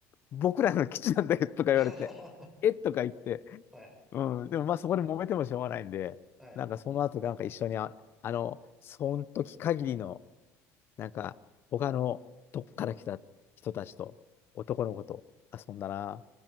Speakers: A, on the left; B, in the centre.
A: 僕らの基地なんだよとか言われて、
B: <laughs>
A: えとか言って、
B: はい、
A: うん、でもまあそこで揉めてもしょうがないんで、
B: はい。
A: なんかその後なんか一緒にあ、あの、その時限りの、なんか他のどっから来た人たちと、男の子と遊んだな。